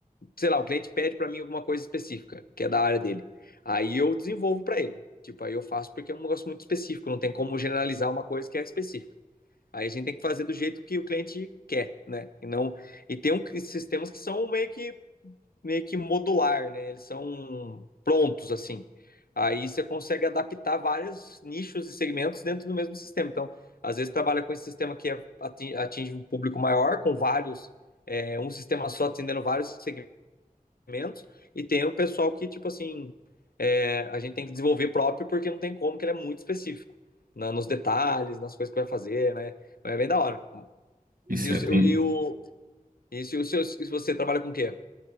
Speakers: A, on the left; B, on the right.
A: sei lá, o cliente pede para mim alguma coisa específica, que é da área dele. Aí eu desenvolvo para ele. Tipo, aí eu faço porque é um negócio muito específico, não tem como generalizar uma coisa que é específica. Aí a gente tem que fazer do jeito que o cliente quer, né? E não e tem um, sistemas que são meio que meio que modular, né? Eles são prontos assim. Aí você consegue adaptar vários nichos e segmentos dentro do mesmo sistema. Então, às vezes trabalha com esse sistema que é, atinge um público maior, com vários, é, um sistema só atendendo vários segmentos menos, e tem o pessoal que, tipo assim, é, a gente tem que desenvolver próprio porque não tem como, que ele é muito específico na, nos detalhes, nas coisas que vai fazer, né? É bem da hora.
B: Isso
A: E o
B: é,
A: seu,
B: tem.
A: e o, e se, o seu, se você trabalha com o quê?